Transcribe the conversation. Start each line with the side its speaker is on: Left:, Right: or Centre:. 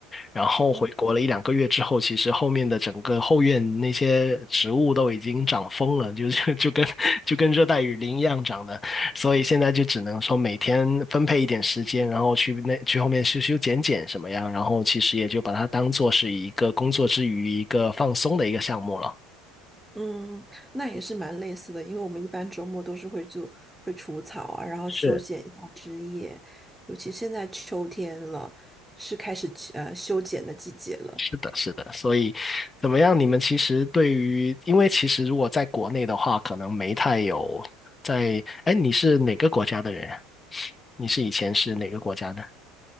Left: 然后回国了一两个月之后，
Centre: 嗯，
Left: 其实后面的整个后院那些植物都已经长疯了，就是就跟 <laughs> 就跟热带雨林一样长的，所以现在就只能说每天分配一点时间，然后去那去后面修修剪剪什么样，然后其实也就把它当做是一个工作之余一个放松的一个项目了。
Centre: 嗯，那也是蛮类似的，因为我们一般周末都是会做会除草啊，然后修剪一下枝叶，
Left: 是。
Centre: 尤其现在秋天了，是开始呃修剪的季节了。
Left: 是的，是的，所以怎么样？你们其实对于，因为其实如果在国内的话，可能没太有在。哎，你是哪个国家的人啊？你是以前是哪个国家的？